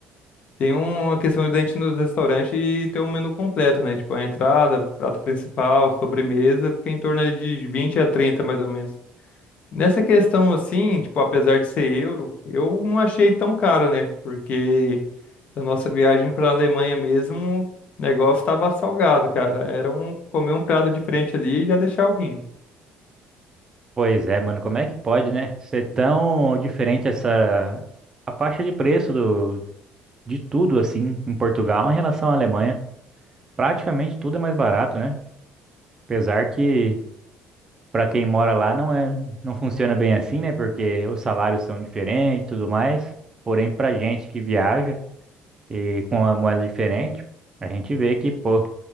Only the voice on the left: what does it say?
tem uma questão de a gente ir no restaurante e ter um menu completo, né? Tipo, a entrada, prato principal, sobremesa, fica em torno ali de 20 a 30 mais ou menos. Nessa questão assim, tipo, apesar de ser euro, eu não achei tão caro, né? Porque a nossa viagem para a Alemanha mesmo, o negócio estava salgado, cara. Era um comer um prato diferente ali e já deixar o rim.